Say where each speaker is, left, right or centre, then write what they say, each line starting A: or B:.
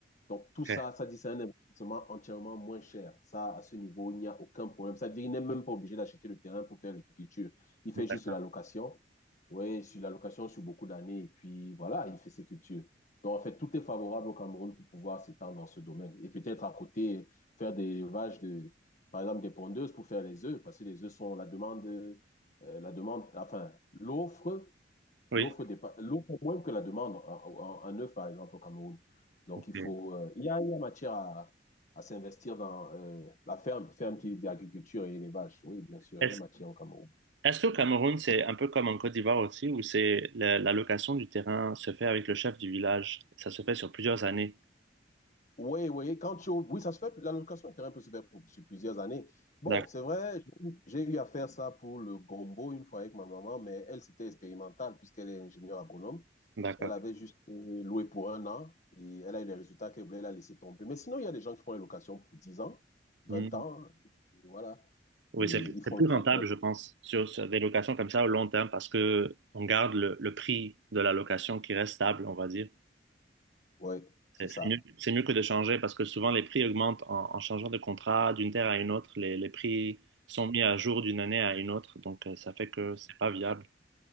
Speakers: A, on the left (about 40°); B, on the right (about 70°).
A: Donc, tout
B: Ok,
A: ça, ça dit c'est un investissement entièrement moins cher. Ça, à ce niveau, il n'y a aucun problème. Ça veut dire qu'il n'est même pas obligé d'acheter le terrain pour faire l'écriture. Il fait
B: d'accord.
A: juste la location. Oui, sur la location sur beaucoup d'années. Et puis, voilà, il fait ses cultures. Donc, en fait, tout est favorable au Cameroun pour pouvoir s'étendre dans ce domaine. Et peut-être à côté, faire des vaches de, par exemple, des pondeuses pour faire les œufs, parce que les œufs sont la demande, euh, la demande, enfin, l'offre
B: Oui.
A: L'offre dépasse, l'offre moins que la demande, en un œuf par exemple au Cameroun. Donc
B: ok.
A: il faut, euh, il y a, il y a matière à, à s'investir dans euh, la ferme, ferme qui est d'agriculture et élevage. Oui, bien sûr,
B: Est-ce
A: il y a matière au Cameroun.
B: est-ce qu'au Cameroun, c'est un peu comme en Côte d'Ivoire aussi, où c'est la, la location du terrain se fait avec le chef du village? Ça se fait sur plusieurs années.
A: Oui, oui, quand tu, oui, ça se fait, l'allocation de terrain peut se faire pour- sur plusieurs années. Bon,
B: D'ac-
A: c'est vrai, j'ai j'ai eu à faire ça pour le gombo une fois avec ma maman, mais elle, c'était expérimental puisqu'elle est ingénieure agronome.
B: D'accord.
A: Elle avait juste euh, loué pour un an et elle a eu les résultats qu'elle voulait, elle a laissé tomber. Mais sinon, il y a des gens qui font les locations pour 10 ans, vingt
B: Mhm.
A: ans, et voilà,
B: Oui,
A: et ils
B: c'est
A: font
B: c'est plus
A: le travail.
B: rentable, je pense, sur, sur des locations comme ça au long terme, parce que on garde le, le prix de la location qui reste stable, on va dire.
A: Ouais,
B: C'est
A: c'est ça.
B: c'est mieux, c'est mieux que de changer parce que souvent les prix augmentent en, en changeant de contrat d'une terre à une autre. Les, les prix sont mis à jour d'une année à une autre. Donc, euh, ça fait que c'est pas viable